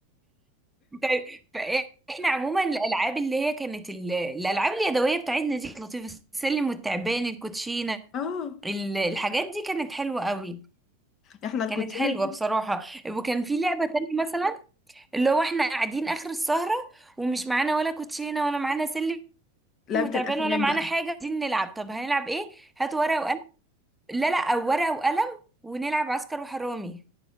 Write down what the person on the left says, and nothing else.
<laughs> اه
احنا الكوتشينة
دي
لعبة
الافلام
بقى